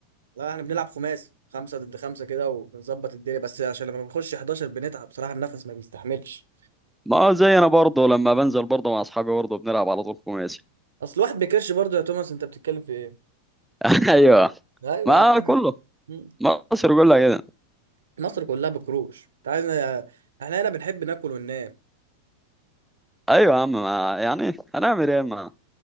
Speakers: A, on the right; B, in the centre.
A: لا احنا بنلعب خماسي خمسه ضد خمسه كده وبنظبط الدنيا بس عشان لما بنخش 11 بنتعب بصراحه النفس ما بيستحملش
B: ما هو زي انا برضه لما بنزل برضه مع اصحابي برضه بنلعب على طول خماسي
A: اصل الواحد بيكرش برضه يا توماس انت بتتكلم في ايه
B: <laughs> ايوه
A: ايوه
B: ما
A: يا عم.
B: كله
A: مم.
B: مصر كلها كده
A: مصر كلها بكروش انت عايزنا احنا هنا بنحب ناكل وننام
B: ايوه يا عم ما يعني هنعمل ايه ما